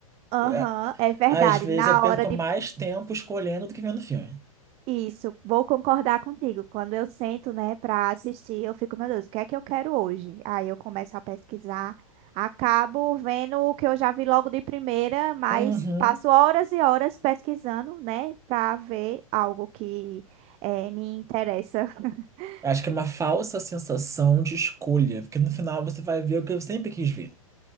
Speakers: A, on the right; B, on the right.
A: Aham,
B: É,
A: é verdade.
B: Às vezes
A: Na
B: eu perco
A: hora de
B: mais tempo escolhendo do que vendo filme.
A: isso, vou concordar contigo. Quando eu sento, né, pra assistir, eu fico, meu Deus, o que é que eu quero hoje? Aí eu começo a pesquisar, acabo vendo o que eu já vi logo de primeira, mas
B: Uhum.
A: passo horas e horas pesquisando, né, pra ver algo que eh, me interessa. <laughs>
B: Eu acho que é uma falsa sensação de escolha, porque no final você vai ver o que eu sempre quis ver.